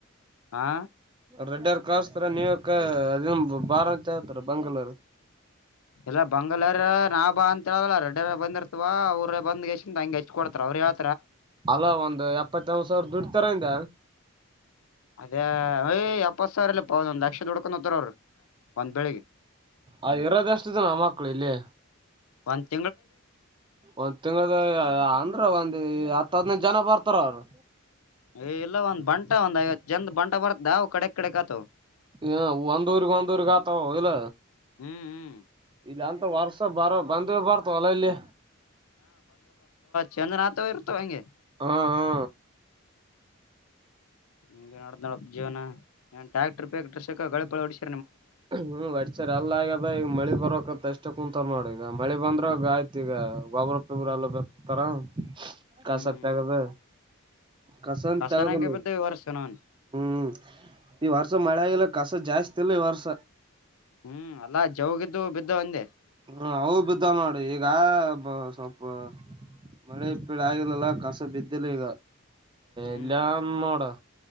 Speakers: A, on the left; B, on the right.
A: ಹಾ
B: ರೆಡ್ಡಿ ಅವರು ಕಸ್ತರ ನೀವ ಅದ ಬಾರ ಅಂತ ಹೇಳ್ತಾರಾ ಬೆಂಗಳೂರು
A: ಎಲ್ಲ ಬೆಂಗಳೂರು ನಾಭಾ ಅಂತ ಹೇಳಲ್ಲ ರೆಡ್ಡಿ ಬಂದಿರ್ತವಾ ಅವ್ರ ಬಂದ್ಗೆ ಹಂಗೆ ಕೊಡ್ತಾರೆ ಅವ್ರ ಯಾವ
B: ಅಲ್ಲ ಒಂದ್ ಎಪ್ಪತ್ತ ಎಂಬತ್ ಸಾವಿರ ದುಡ್ತಾರಿಂದ
A: ಅದೇ ಯ್ ಎಪ್ಪತ್ ಸಾವಿರ ಇಲ್ಲ ಪಾ ಒಂದ್ ಲಕ್ಷ ದುಡ್ಕೊಂಡ ಹೋತ್ತರ ಅವ್ರು ಒಂದ್ ಬೆಳಿಗ್ಗೆ
B: ಅ ಇರೋದ ಏಷ್ಟಿದೆ ನ ಮಕ್ಕಳು ಇಲ್ಲಿ
A: <unintelligible>
B: ಒಂದ್ ತಿಂಗಳ ಒಂದು ಹತ್ತ ಹದ್ನೈದು ಜನ ಬರ್ತಾರ ಅವರು
A: ಏ ಇಲ್ಲ ಒಂದ್ ಬಂಟ ಒಂದ್ ಐವತ್ತು ಜನಂದ ಬಂಟ ಬರ್ತವು ಕಡೆಕ್ ಕಡೆಕ್ ಆತು
B: ಹ ಒಂದ ಊರ್ಗ್ ಒಂದ ಊರ್ಗ ಆತಾವ ಇಲ್ಲ
A: ಹ್ಮ್ ಹ್ಮ್
B: ಇಲ್ಲಂತ ವರ್ಷ ಬರೋ ಬಂದ್ವಿ ಬರ್ತವಲ್ಲ ಇಲ್ಲಿ
A: ಚಂದನಾ ಆತವ ಇರ್ತವೆ ಹಂಗೆ
B: ಹಾ ಹಾ
A: ಹ ನಡ ನಡ ಜೀವನ ಟ್ಯಾಕ್ಟರ್ ಹೊಡಿಸಿ
B: ಹ್ಮ್ ವರ್ಚರ್ ಅಲ್ಲ ಆಗದ ಈಗ ಮಳಿ ಬರಕಂತ ಎಷ್ಟ ಕುಂತ್ ನೋಡಿ ಈಗ ಮಳಿ ಬಂದ್ರ ಆಯ್ತು ಈಗ ಗೊಬ್ರಪ್ಪಿಬ್ರ ಎಲ್ಲ ಬಿತಾರ ಕಸ
A: ಹ್ಮ್ ಹ್ಮ್
B: ತಗದು ಕಸ ಅಂತ
A: ಕಸನಂಗೆ
B: ತಗದಿಲ್ಲ,
A: ಬಿದ್ದ ಈ ವರ್ಷ ನಾನ್
B: ಹ್ಮ್ ಈ ವರ್ಷ ಮಳೆ ಆಗಿಲ್ಲ. ಕಸ ಜಾಸ್ತಿ ಇಲ್ಲ ಈ ವರ್ಷ
A: ಹ್ಮ್ ಅಲ್ಲಾ ಜವುಗಿದ್ದು ಬಿದ್ದವ ಅಂದೆ.
B: ಹ್ಮ ಅವು ಬಿದ್ದವ ನೋಡು ಈಗ ಸ್ವಲ್ಪ ಮಳೆ ಇಪ್ಪಿಳ ಆಗಿಲ್ಲಲ್ಲ ಕಸ ಬಿದ್ದಿಲ್ಲ ಈಗ
A: ಹ್ಮ್
B: ಎಲ್ಲಿಯನ ನೋಡು